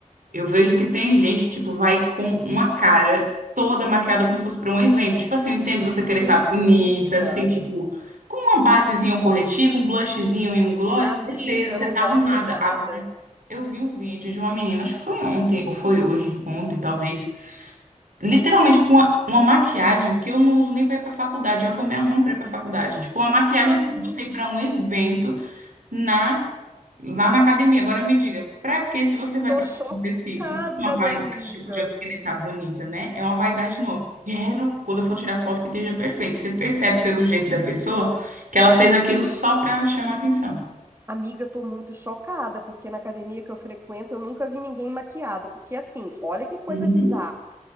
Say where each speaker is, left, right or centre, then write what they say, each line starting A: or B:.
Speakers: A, on the right; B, on the right.
A: Eu vejo que tem gente que, tipo, vai com uma cara toda maquiada como se fosse pra um evento. Tipo assim, eu entendo você querer
B: Mentira,
A: estar bonita, assim, tipo, com uma basezinha, um corretivo, um blushzinho e um gloss,
B: amiga,
A: beleza,
B: eu
A: você
B: não
A: tá
B: boto
A: arrumada.
B: nada.
A: Agora, eu vi um vídeo de uma menina, acho que foi ontem, ou foi hoje, ontem talvez, literalmente com uma, uma maquiagem que eu não uso nem pra ir pra faculdade, é o que eu me arrumo pra ir pra faculdade. Tipo, uma maquiagem
B: Amiga.
A: assim, pra você ir pra um evento na, lá na academia. Agora me diga, para que se você vai
B: Tô
A: para
B: chocada,
A: exercício? Não é uma vaidade,
B: minha amiga.
A: tipo, de eu querer estar bonita, né? É uma vaidade, não. Eu Quero, quando eu for tirar foto, que esteja perfeito. Você percebe pelo jeito da pessoa que ela fez aquilo só para chamar atenção.
B: Amiga, tô muito chocada, porque na academia que eu frequento eu nunca vi ninguém maquiada. Porque assim, olha que coisa
A: Uhum.
B: bizarra.